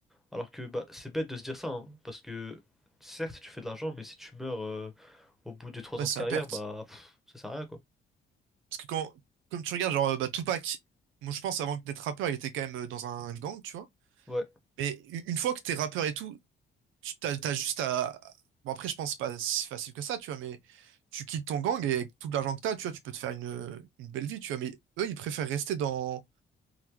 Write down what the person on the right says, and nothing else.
Ouais,
c'est
à perte.
Parce que quand, comme tu regardes, genre, euh, bah, Tupac, moi, je pense, avant d'être rappeur, il était quand même euh, dans un gang, tu vois.
Mais u- une fois que t'es rappeur et tout, tu t'as, t'as juste à. Bon, après, je pense pas si facile que ça, tu vois, mais tu quittes ton gang et avec tout l'argent que t'as, tu vois, tu peux te faire une, une belle vie, tu vois. Mais eux, ils préfèrent rester dans,